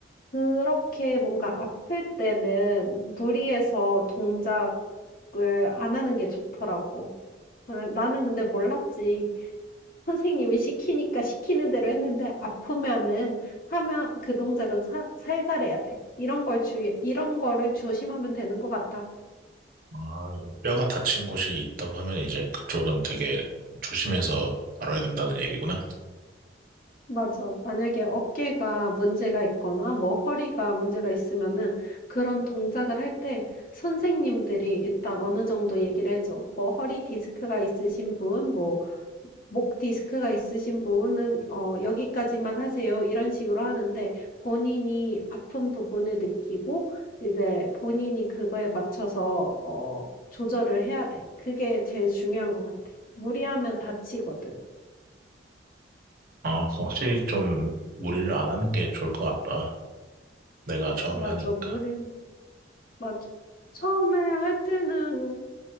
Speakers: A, on the left; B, on the right.
A: 그렇게 뭔가 아플 때는 무리해서 동작을 안 하는 게 좋더라고. 그래- 나는 근데 몰랐지. 선생님이 시키니까 시키는 대로 했는데 아프면은 하면 그 동작은 사, 살살 해야 돼. 이런 걸 주의, 이런 거를 조심하면 되는 것 같아.
B: 아, 요 뼈가 다친 곳이 있다고 하면 이제 그쪽은 되게 조심해서 다뤄야 된다는 얘기구나.
A: 맞아. 만약에 어깨가 문제가 있거나 뭐 허리가 문제가 있으면은 그런 동작을 할 때 선생님들이 일단 어느 정도 얘기를 해줘. 뭐 허리 디스크가 있으신 분, 뭐 목 디스크가 있으신 분은 어 "여기까지만 하세요." 이런 식으로 하는데 본인이 아픈 부분을 느끼고 이제 본인이 그거에 맞춰서 어 조절을 해야 돼. 그게 제일 중요한 것 같아. 무리하면 다치거든.
B: 아, 그 확실히 좀 무리를 안 하는 게 좋을 것 같다. 내가 처음에
A: 맞아.
B: 하니까.
A: 무리 맞아. 처음에 할 때는